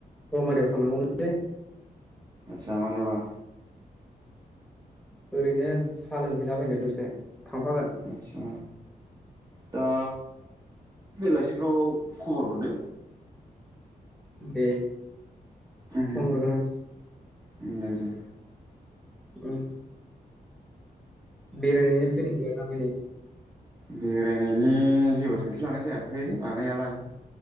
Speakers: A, in the centre; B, on the right.
A: रमारियाव थांनांगौमोनलै।
B: आतसा मानोबा?
A: ओरैनो साहा लोंहैलाबायनो दसे थांफागोन?
B: आदसा दा बेलासिफ्राव खबर हरदो।
A: दे।
B: ओम ओम
A: फन हरगोन आं
B: ओम दे दे
A: उम बेरायनायनि प्लेनिं गैया दामानि?
B: बेरायनायनि जेबो थांखि लानाय जायाखै लानायालाय।